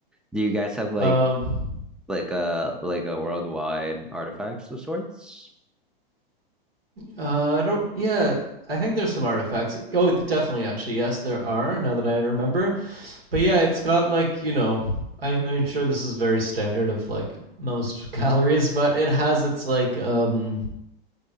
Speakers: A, in the centre; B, on the right.
A: Do you guys have like
B: Um.
A: like a like a worldwide artifacts of sorts?
B: Uh. I don't. Yeah. I think there's some artifacts. Oh, definitely. Actually, yes, there are. Now that I remember. But yeah, it's got like you know. I I'm sure this is very standard of like most <laughs> galleries, but it has its like um.